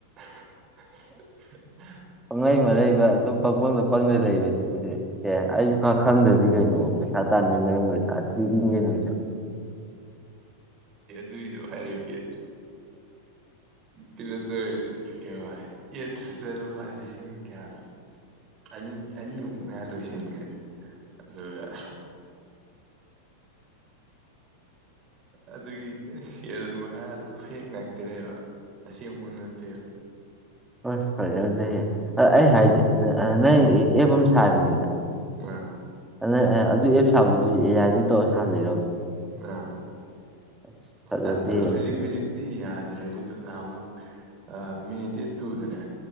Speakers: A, on the right; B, in the centre.
A: <inaudible>
B: ꯄꯪꯉꯩ ꯃꯔꯩꯕ ꯑꯗꯨꯝ ꯄꯪꯄꯪꯗ ꯄꯪꯅ ꯂꯩꯕꯁꯤ ꯑꯦ ꯑꯩꯁꯨ ꯈ ꯈꯪꯗ꯭ꯔꯗꯤ ꯀꯩꯅꯣ ꯁꯥꯔꯇꯥꯟꯃꯤ ꯃꯔꯝ ꯑꯣꯏꯗ ꯑꯣꯏꯁꯨ
A: ꯑꯗꯨꯏꯗꯣ ꯍꯥꯏꯔꯛꯒꯦ ꯀꯤꯂꯣꯇꯔ ꯀ ꯌꯦꯠꯁꯤꯗ ꯂꯨꯄꯥ ꯂꯤꯁꯤꯡ ꯀꯌꯥꯅꯣ ꯑꯅꯤ ꯑꯅꯤꯃꯨꯛ ꯉꯥꯏꯔ ꯂꯣꯏꯁꯤꯟꯈ꯭ꯔꯦ ꯑꯗꯨꯒ <inaudible> ꯑꯗꯨꯒꯤ ꯁꯦꯗꯨꯜ ꯃꯉꯥꯗꯨ ꯐꯦꯛ ꯉꯥꯛꯇꯅꯦꯕ ꯑꯁꯤꯁ ꯃꯟꯅꯠꯇ
B: ꯍ ꯐꯗꯦ ꯑꯩ ꯍꯥꯏꯁꯦ
A: ꯎꯝ
B: ꯅꯪ ꯑꯦꯞ ꯑꯃ ꯁꯥꯔꯤꯅꯤꯗꯅ
A: ꯑꯥ
B: ꯑꯗ ꯑꯦ ꯑꯗꯨ ꯑꯦꯞ ꯁꯥꯕꯗꯨꯗꯤ ꯑꯦ ꯑꯥꯏꯗ ꯇꯧꯔ ꯁꯥꯍꯜꯂꯤꯔꯕ
A: ꯑ
B: ꯑꯁ ꯐꯖꯗꯦ
A: ꯑꯗꯨ ꯍꯧꯖꯤꯛ ꯍꯧꯖꯤꯛꯇꯤ ꯌꯥꯗ꯭ꯔꯦ ꯑꯗꯨꯗꯨ ꯅꯍ ꯑꯃꯨꯛ ꯃꯦ ꯗꯦꯠ ꯇꯨꯗꯅꯦ